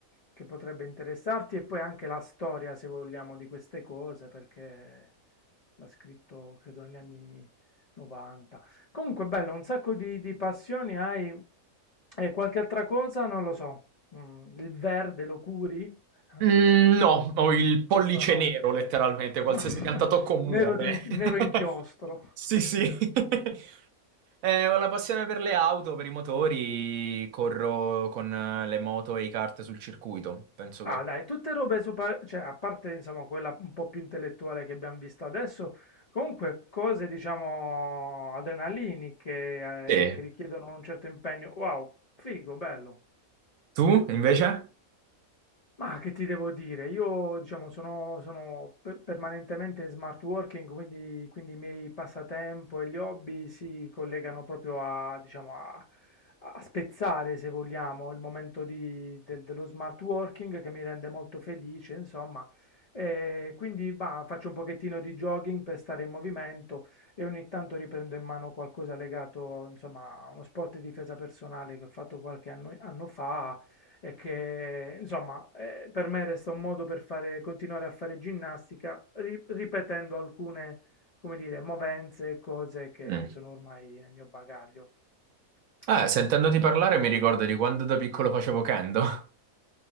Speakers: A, on the left; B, on the right.
A: che potrebbe interessarti, e poi anche la storia, se vogliamo, di queste cose, perché l'ha scritto, credo, negli anni 90. Comunque, bello, un sacco di, di passioni hai. E qualche altra cosa? Non lo so. Mm, il verde lo curi? <laughs>
B: Mm, no, ho il
A: Questo
B: pollice
A: no.
B: nero, letteralmente, qualsiasi
A: <laughs>
B: pianta tocco muore.
A: Nero, di inch-
B: <laughs>
A: nero inchiostro.
B: Sì,
A: <laughs>
B: sì. <laughs> Eh, ho la passione per le auto, per i motori, corro con eh, le moto e i kart sul circuito. Penso
A: Ah,
B: che...
A: dai, tutte robe super, cioè, a parte insomma quella un po' più intellettuale che abbiamo visto adesso, comunque cose diciamo adrenaliniche
B: Sì.
A: eh, che richiedono un certo impegno. Wow, figo, bello.
B: Tu, invece?
A: Ma che ti devo dire? Io, diciamo, sono, sono pe- permanentemente in smart working, quindi, quindi i miei passatempo e gli hobby si collegano proprio a, diciamo, a, a spezzare, se vogliamo, il momento di- del- dello smart working che mi rende molto felice, insomma. E quindi, bah, faccio un pochettino di jogging per stare in movimento e ogni tanto riprendo in mano qualcosa legato, insomma, a uno sport di difesa personale che ho fatto qualche anno anno fa e che insomma eh, per me resta un modo per fare, continuare a fare ginnastica ri- ripetendo alcune, come dire, movenze e cose che
B: Mm.
A: sono ormai nel mio bagaglio.
B: Eh,
A: Sì, sì.
B: sentendoti parlare mi ricordo di quando da piccolo facevo kendo.